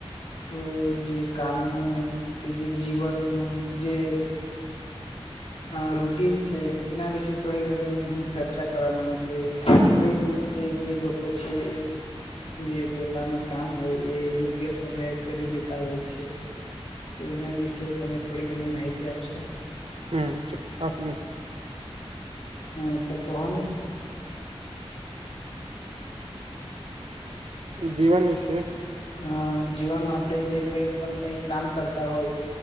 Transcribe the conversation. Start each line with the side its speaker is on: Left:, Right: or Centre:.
Left: તો જે કામનું કે જે જીવનનું જે અહ રૂટીન છે એના વિશે થોડી ઘણી હું ચર્ચા કરવાવામાં આવ કે કઈ રી તે જે લોકો છે એક જે પોતાનું કામ હોય એ યોગ્ય સમયે કરી દેતા હોય છે. તો એના વિશે તમે થોડી ઘણી માહિતી આપશો.
Right: હમ્મ <unintelligible>
Left: હા, તો કોહો ને?
Right: જીવન વિશે
Left: અહ જીવનમાં આપડે જે કઈ પણ કઈ કામ કરતા હોય